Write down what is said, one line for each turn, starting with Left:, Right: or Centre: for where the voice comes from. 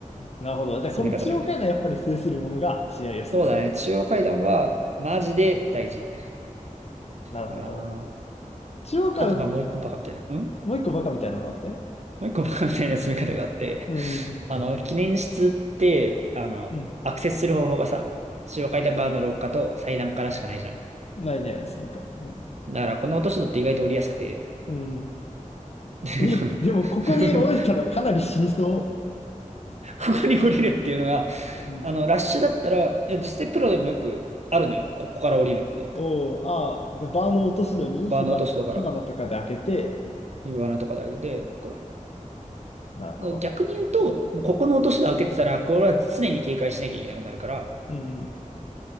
Left: なるほど。じゃあ、
Right: 詰め方の気がする。
Left: この中央会のやっぱり制するものが試合を制する。
Right: そうだね。中央階段は、マジで大事
Left: なるほど。
Right: かな。
Left: 中央階、
Right: あと、まあ、もう一個バカみたいな。ん
Left: もう一個バカみたいなのあって
Right: もう一個 <laughs> バカみたいな進め方があって、
Left: うん。
Right: あの、記念室って、あの、
Left: うん。
Right: アクセスする方法がさ、中央階段側の廊下と祭壇からしかないじゃん。
Left: ないね、そのか。うん。
Right: だから、この落とし戸って意外と降りやすくて、
Left: うん。
Right: <laughs> でこの
Left: え、
Right: <laughs>
Left: でもここに折れたらかなり死にそ
Right: ここに降りるっていうのが、
Left: う。うん。
Right: あの、ラッシュだったら、いや、実際プロでもよくあるのよ。ここから降りるって。
Left: おお、ああ、じゃあバーの落とし戸に火花、
Right: バーの落とし戸から、
Left: 火花とかで開けて、
Right: 指輪のとかで上げて、これ。
Left: なるほど。
Right: 逆に言うと、もうここの落とし戸開けてたら、
Left: うん
Right: これは常に警戒しなきゃいけなくなるから、
Left: うんうん。